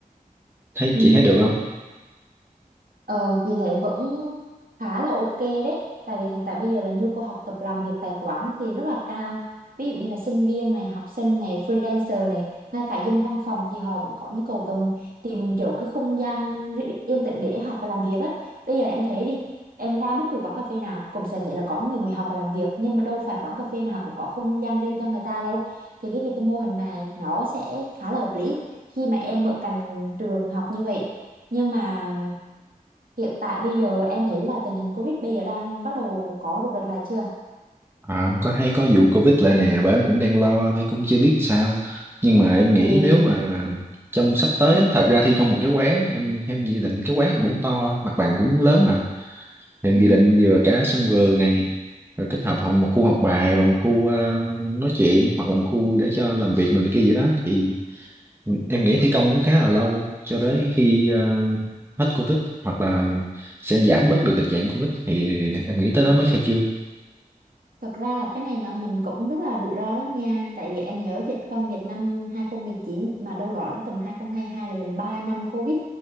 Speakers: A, on the right (about 15°); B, on the right (about 75°).
A: Thấy
B: ừ
A: chị thấy được không?
B: Ờ, chị thấy vẫn khá là ok đấy tại vì hiện tại bây giờ là nhu cầu học tập làm việc tại quán thì rất là cao ví dụ như là sinh viên này học sinh này freelancer này ngay cả dân văn phòng thì họ vẫn có nhu cầu tầm tìm kiểu cái không gian ri- yên tĩnh để học và làm việc á bây giờ em thấy đi em ra bất cứ quán cà phê nào cũng sẽ thấy là có người ngồi học và làm việc nhưng mà đâu phải quán cà phê nào cũng có không gian riêng cho người ta đâu thì cái việc cái mô hình này nó sẽ khá là hợp lý khi mà em ở cạnh trường học như vậy nhưng mà Hiện tại bây giờ em thấy là tình hình Covid bây giờ đang bắt đầu có rục rịch lại chưa?
A: À, em có thấy có vụ Covid lại nè, bởi em cũng đang lo, bởi cũng chưa biết sao. Nhưng mà em nghĩ
B: Thì
A: nếu mà trong sắp tới,
B: ừ,
A: á, thật ra thi công một cái quán, em em dự định cái quán em cũng to, mặt bằng cũng lớn mà. Em
B: ừ.
A: dự định vừa cả sân vườn này, rồi kết hợp học- một khu học bài và một khu ờ, nói chuyện hoặc là một khu để cho làm việc rồi này kia gì đó. Thì em nghĩ thi công cũng khá là lâu cho tới khi ờ, hết Covid hoặc là sẽ giảm bớt được tình trạng Covid thì em nghĩ tới đó mới khai trương.
B: Thật ra là cái này là mình cũng rất là rủi ro đó nha Tại vì em nhớ dịch không dịch năm 2019 mà đâu đó đến tầm 2022 là gần 3 năm Covid